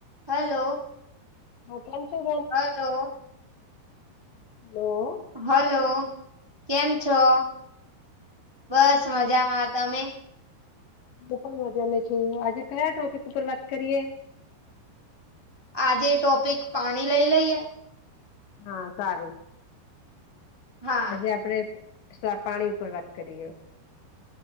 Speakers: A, on the right (about 20°); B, on the left (about 85°).
A: હલો
B: હચ
A: હલો
B: હલો
A: હલો કેમ છો? બસ મજામાં તમે-
B: હું પણ મજાને છું. આજે કયા ટોપિક ઉપર વાત કરીએ?
A: આજે ટોપિક પાણી લઈ લઈએ-
B: હા સારું
A: હા
B: આજે આપડે- સર પાણી ઉપર વાત કરીએ-